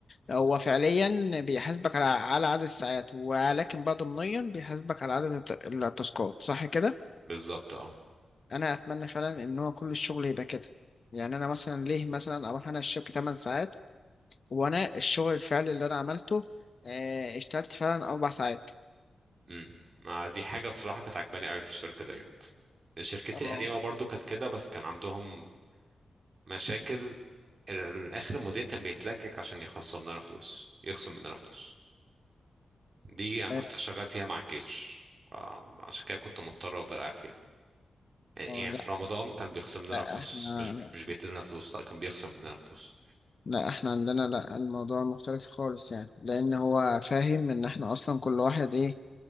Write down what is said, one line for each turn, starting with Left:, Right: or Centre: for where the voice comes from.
Left: هو فعليا بيحاسبك على على عدد الساعات ولكن بقى ضمنيا بيحاسبك على عدد الت- التاسكات صح كده
Right: بالظبط اه
Left: انا اتمنى فعلا ان هو كل الشغل يبقى كده يعني انا مثلا ليه مثلا اروح انا الشركه 8 ساعات وانا الشغل الفعلي اللي انا عملته آه، اشتغلت فعلا اربع ساعات
Right: امم ما دي حاجه الصراحه كانت عجباني قوي في الشركه ديت شركتي
Left: اه
Right: القديمه برضو كانت كده بس كان عندهم مشاكل ال- الاخر المدير كان بيتلكك عشان يخصم لنا فلوس يخصم مننا فلوس دي يعني كنت
Left: آه،
Right: شغال فيها مع الجيش آه، عشان كده كنت مضطر افضل قاعد فيها يعني
Left: آه، لا
Right: في رمضان كان بيخصم لنا
Left: لا
Right: فلوس
Left: احنا
Right: مش مش بيديلنا فلوس لا كان بيخصم مننا فلوس
Left: لا احنا عندنا لا الموضوع مختلف خالص يعني لان هو فاهم ان احنا اصلا كل واحد ايه